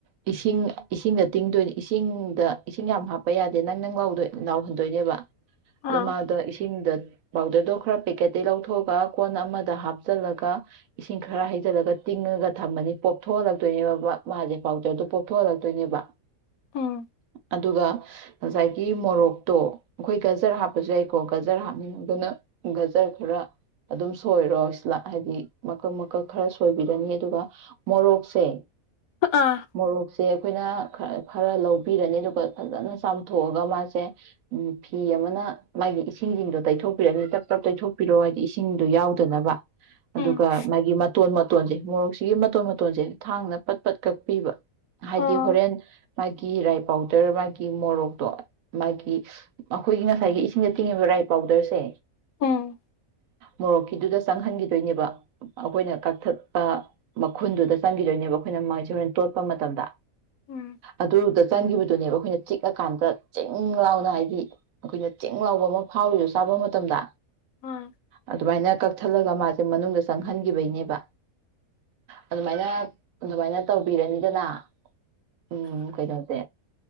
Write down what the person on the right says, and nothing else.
ꯏꯁꯤꯡ ꯏꯁꯤꯡꯗ ꯇꯤꯡꯗꯣꯏꯅꯤ ꯏꯁꯤꯡꯗ ꯏꯁꯤꯡ ꯌꯥꯝ ꯌꯥꯗꯦ ꯅꯪ ꯅꯪ ꯂꯥꯎꯗꯣꯏ ꯂꯥꯎꯍꯟꯗꯣꯏꯅꯦꯕ
ꯑꯗꯣ ꯃꯥꯗꯣ ꯏꯁꯤꯡꯗ ꯄꯥꯎꯗꯔꯗꯣ ꯈꯔ ꯄꯦꯛꯀꯦꯠꯇꯒꯤ ꯂꯧꯊꯣꯛꯑꯒ ꯀꯣꯟ ꯑꯃꯗ ꯍꯥꯞꯆꯜꯂꯒ ꯏꯁꯤꯡ ꯈꯔ ꯍꯩꯖꯤꯜꯂꯒ ꯇꯤꯡꯉꯒ ꯊꯝꯃꯅꯤ ꯄꯣꯞꯊꯣꯛꯍꯜꯂꯛꯇꯣꯏꯅꯦꯕ ꯃꯥꯁꯦ ꯄꯥꯎꯗꯔꯗꯣ ꯄꯣꯞꯊꯣꯛꯍꯜꯂꯛꯇꯣꯏꯅꯦꯕ
ꯑꯗꯨꯒ ꯉꯁꯥꯏꯒꯤ ꯃꯣꯔꯣꯛꯇꯣ ꯑꯩꯈꯣꯏ ꯒꯖꯔ ꯍꯥꯞꯄꯁꯨ ꯌꯥꯏꯀꯣ ꯒꯖꯔ ꯍꯥꯞꯅꯤꯡꯉꯒꯅ ꯒꯖꯔ ꯈꯔ ꯑꯗꯨꯝ ꯁꯣꯏꯔꯣ ꯁꯤꯂ ꯍꯥꯏꯗꯤ ꯃꯀꯛ ꯃꯀꯛ ꯈꯔ ꯁꯣꯏꯕꯤꯔꯅꯤ ꯑꯗꯨꯒ ꯃꯣꯔꯣꯛꯁꯦ
ꯃꯣꯔꯣꯛ ꯁꯦ ꯑꯩꯈꯣꯏꯅ ꯈꯔ ꯂꯧꯕꯤꯔꯅꯤ ꯑꯗꯨꯒ ꯐꯖꯅ ꯆꯥꯝꯊꯣꯛꯑꯒ ꯃꯥꯁꯦ ꯐꯤ ꯑꯃꯅ ꯃꯥꯒꯤ ꯏꯁꯤꯡꯁꯤꯡꯗꯣ ꯇꯩꯊꯣꯛꯄꯤꯔꯅꯤ ꯇꯞ ꯇꯞ ꯇꯩꯊꯣꯛꯄꯤꯔꯣ ꯍꯥꯏꯗꯤ ꯏꯁꯤꯡꯗꯣ ꯌꯥꯎꯗꯅꯕ ꯑꯗꯨꯒ
ꯃꯥꯒꯤ ꯃꯇꯣꯟ ꯃꯇꯣꯟꯁꯦ ꯃꯣꯔꯣꯛꯁꯤꯒꯤ ꯃꯇꯣꯟ ꯃꯇꯣꯟꯁꯦ ꯊꯥꯡꯅ ꯄꯠ ꯄꯠ ꯀꯛꯄꯤꯕ ꯍꯥꯏꯗꯤ
ꯍꯣꯔꯦꯟ ꯃꯥꯒꯤ ꯔꯥꯏ ꯄꯥꯎꯗꯔ ꯃꯥꯒꯤ ꯒꯤ ꯃꯣꯔꯣꯛꯇꯣ ꯃꯥꯒꯤ ꯑꯩꯈꯣꯏꯒꯤ ꯉꯁꯥꯏꯒꯤ ꯏꯁꯤꯡꯗ ꯇꯤꯡꯉꯤꯕ ꯔꯥꯏ ꯄꯥꯎꯗꯔꯁꯦ
ꯃꯣꯔꯣꯛꯀꯤꯗꯨꯗ ꯆꯪꯍꯟꯈꯤꯗꯣꯏꯅꯦꯕ ꯑꯩꯈꯣꯏꯅ ꯀꯛꯊꯠꯄ ꯃꯈꯨꯟꯗꯨꯗ ꯆꯪꯈꯤꯗꯣꯏꯅꯦꯕ ꯑꯩꯈꯣꯏꯅ ꯃꯥꯁꯦ ꯍꯣꯔꯦꯟ ꯇꯣꯠꯄ ꯃꯇꯝꯗ
ꯑꯗꯨꯗ ꯆꯪꯈꯤꯕꯗꯨꯅꯦꯕ ꯑꯩꯈꯣꯏꯅ ꯆꯤꯛꯑꯀꯥꯟꯗ ꯆꯤꯡ ꯂꯥꯎꯅ ꯍꯥꯏꯗꯤ ꯑꯩꯈꯣꯏꯅ ꯆꯤꯡ ꯂꯥꯎꯕ ꯑꯃ ꯐꯥꯎꯔꯤꯗꯣ ꯆꯥꯕ ꯃꯇꯝꯗ
ꯑꯗꯨꯃꯥꯏꯅ ꯀꯛꯊꯠꯂꯒ ꯃꯥꯁꯦ ꯃꯅꯨꯡꯗ ꯆꯪꯍꯟꯈꯤꯕꯩꯅꯦꯕ ꯑꯗꯨꯃꯥꯏꯅ ꯑꯗꯨꯃꯥꯏꯅ ꯇꯧꯕꯤꯔꯅꯤꯗꯅ ꯎꯝ ꯀꯩꯩꯅꯣꯁꯦ